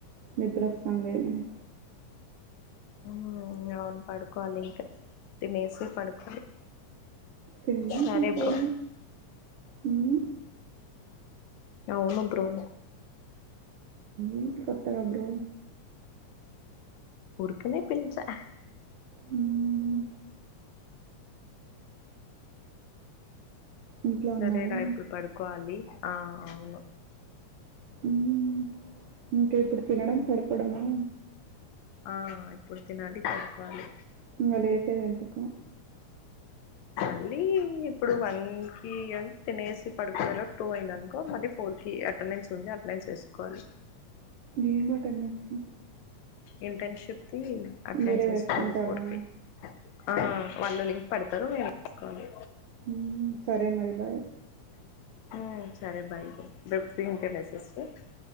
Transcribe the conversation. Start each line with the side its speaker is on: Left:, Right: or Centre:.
Right: నిద్ర వస్తుందా ఏమైనా
Left: హ్మ్ అవును పడుకోవాలి ఇంకా తినేసి పడుకోవాలి
Right: తిందాం
Left: సరే
Right: పడుకోవడం
Left: బ్రో
Right: హ్మ్,
Left: అవును బ్రో
Right: ఏంటి కొత్తగ బ్రో
Left: ఉరుకనే పిల్చా
Right: హ్మ్ ఇంట్లో
Left: సరే
Right: ఉన్నావా?
Left: రా ఇప్పుడు పడుకోవాలి ఆ అవును
Right: హ్మ్ ఇంకా ఇప్పుడు తినడం పడుకోవడమేనా
Left: ఆ ఇప్పుడు తినాలి పడుకోవాలి
Right: మళ్ళా లేసే ఎంటకో
Left: మళ్ళీ ఇప్పుడు వన్ కి తినేసి పడుకునీ టూ అయింది అనుకో మళ్ళీ ఫోర్ కి అటెండెన్స్ ఉంది అటెండెన్స్ వేసుకోవాలి
Right: ఏం అటు నుంచి
Left: ఇంటర్న్షిప్ కి అటెండ్
Right: మీరే
Left: చేసుకోవాలి
Right: వేసుకుంటారా?
Left: ఫోర్ కే ఆ వాళ్ళు లింక్ పెడతారు నేను తీసుకోవాలి
Right: హ్మ్ సరే మరి బాయ్
Left: హ్మ్ సరే బాయ్ బాయ్ <unintelligible>